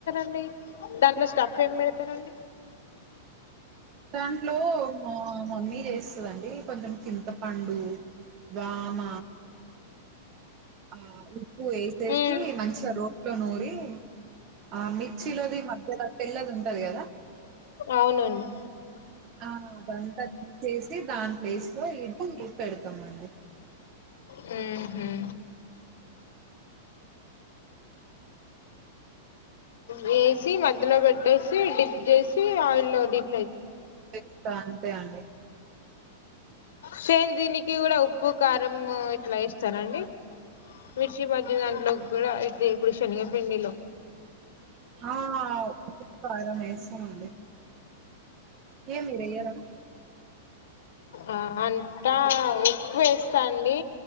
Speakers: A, on the left; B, on the right.
A: ండి దాంట్లో స్టఫ్ ఏం పెడతారండి
B: దాంట్లో మా మమ్మీ చేస్తాదండి కొంచెం చింతపండు వామ ఆ ఉప్పు వేసేసి
A: ఉమ్
B: మంచిగా రోట్లో నూరి ఆ మిర్చిలోది మధ్యలో తెల్లది ఉంటది కదా
A: అవునండి
B: ఆ బంత దాని ప్లేస్ లో ఇది పెడతామండి
A: హ్మ్ హు వేసి మధ్యలో పెట్టేసి డిప్ చేసి ఆయిల్లో డిప్
B: స్తా తే అండి
A: సేమ్ దీనికి కూడా ఉప్పు కారం ఇట్లా ఏస్తారండి మిర్చి బజ్జి దాంట్లోకి కూడా ఇపుడు శనిగపిండిలో
B: ఆ పు కారం ఎస్తామండి ఏ మీరెయ్యరా
A: ఆ అంతా ఉప్పు వేస్తా అండి